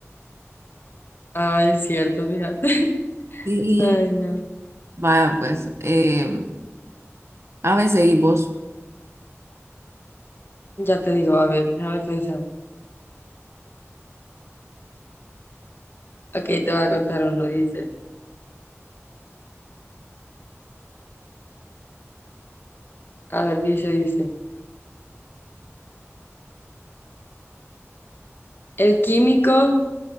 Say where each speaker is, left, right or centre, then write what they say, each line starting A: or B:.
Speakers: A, on the left; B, on the right.
A: Ah, es cierto, fíjate. <laughs>
B: Y
A: Ay, no.
B: vaya, pues, eh, a veces y vos.
A: Ya te digo, a ver, déjame pensar. Ok, te voy a contar uno, dice. A ver, dice, dice. El químico